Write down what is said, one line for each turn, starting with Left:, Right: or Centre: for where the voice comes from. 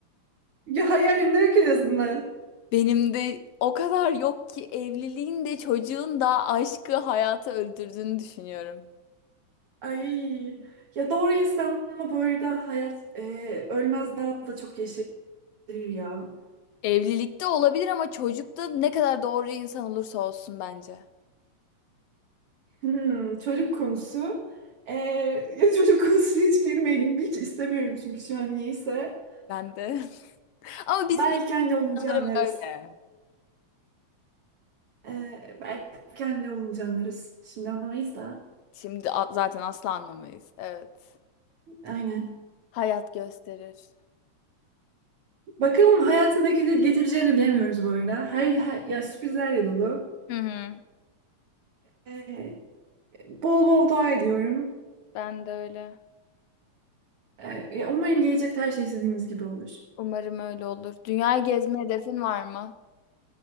Right: Ya hayalimde yok en azından.
Left: Benim de o kadar yok ki evliliğin de çocuğun da aşkı hayatı öldürdüğünü düşünüyorum.
Right: Ay ya doğru insanla bu arada hayat e, ölmez daha da çok yeşerir ya.
Left: Evlilikte olabilir ama çocukta ne kadar doğru insan olursa olsun bence.
Right: Hmm, çocuk konusu. Ee, ya <laughs> çocuk konusuna hiç girmeyelim. Hiç istemiyorum çünkü şu an niyeyse.
Left: Ben de. <laughs> Ama bizim
Right: Belki anne olunca
Left: sanırım
Right: anlarız.
Left: öyle.
Right: Ee, belki anne olunca anlarız. Şimdi anlamayız da.
Left: Şimdi a- zaten asla anlamayız. Evet.
Right: Aynen.
Left: Hayat gösterir.
Right: Bakalım hayatındaki de getireceğini bilemiyoruz bu arada. Her, her ya sürprizlerle dolu.
Left: Hı hı.
Right: Ee, bol bol dua ediyorum.
Left: Ben de öyle.
Right: Ee, ya umarım gelecekte her şey istediğimiz gibi olur.
Left: Umarım öyle olur. Dünyayı gezme hedefin var mı?